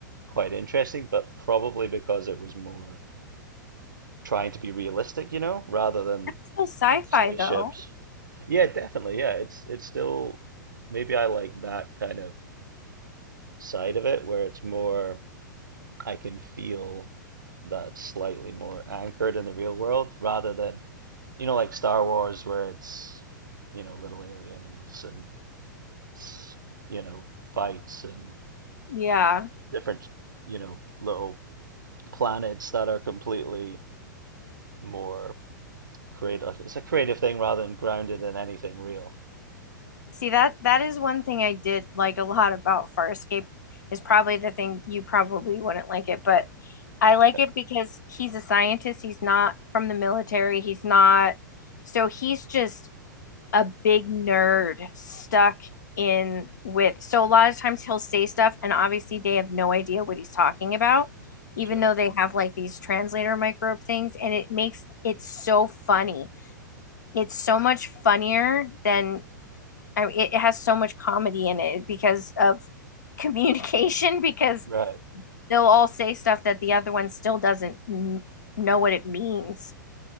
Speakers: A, on the right; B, on the left.
A: quite interesting, but probably because it was more trying to be realistic, you know, rather than
B: That's so sci-fi
A: spaceships.
B: though.
A: Yeah, definitely. Yeah, it's it's still maybe I like that kind of side of it where it's more I can feel that it's slightly more anchored in the real world rather than, you know, like Star Wars where it's, you know, little aliens and s- you know, fights and
B: Yeah.
A: different, you know, little planets that are completely more creative. Like it's a creative thing rather than grounded in anything real.
B: See that that is one thing I did like a lot about Farscape is probably the thing you probably wouldn't like it, but I
A: Okay,
B: like it because he's a scientist, he's not from the military, he's not so he's just a big nerd stuck in with so a lot of times he'll say stuff and obviously they have no idea what he's talking about, even
A: sure.
B: though they have like these translator microbe things and it makes it so funny it's so much funnier than I mean, it has so much comedy in it because of <laughs> communication because
A: Right,
B: they'll all say stuff that the other one still doesn't n- know what it means.